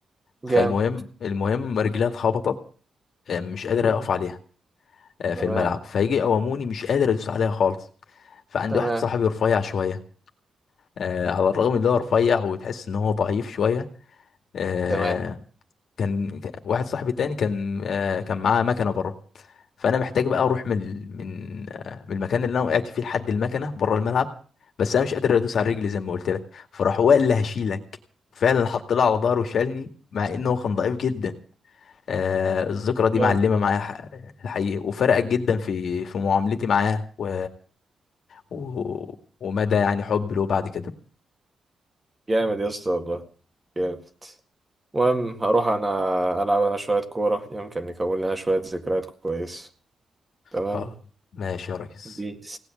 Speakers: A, on the left; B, on the right.
A: فالمهم
B: جام
A: المهم رجليها اتخبطت آه، مش قادر
B: مم.
A: اقف عليها آه، في
B: تمام
A: الملعب فيجي يقوموني مش قادر ادوس عليها خالص فعندي
B: تمام
A: واحد صاحبي رفيع شوية آه، على الرغم ان هو رفيع وتحس ان هو ضعيف شوية آه،
B: تمام
A: كان كان- واحد صاحبي تاني كان آه، كان معاه مكنة بره فانا محتاج بقى اروح من ال- من آه، من المكان اللي انا وقعت فيه لحد المكنه بره الملعب بس انا مش قادر ادوس على رجلي زي ما قلت لك فراح هو قال لي هشيلك فعلا حط لي على ظهره وشالني مع انه هو كان ضعيف جدا آه الذكرى دي
B: جامد
A: معلمه معايا ح- الحقيقه وفرقت جدا في في معاملتي معاه و... و... ومدى يعني حبي له بعد كده
B: جامد يا اسطى والله جامد المهم هروح أنا ألعب أنا شوية كورة يمكن نكون لنا شوية ذكريات كويس تمام
A: خلاص ماشي يا ريس
B: بيس